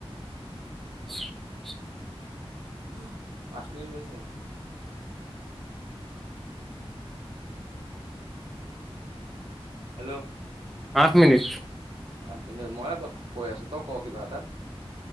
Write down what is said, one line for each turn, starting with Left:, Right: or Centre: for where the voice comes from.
Centre: <unintelligible>
Right: উ আঠ মিনিট হৈছে। হেল্ল'।
Centre: আঠ মিনিট।
Right: আঠ মিনিট মইয়ে ক কৈ আছো তই ক কিবা এটা।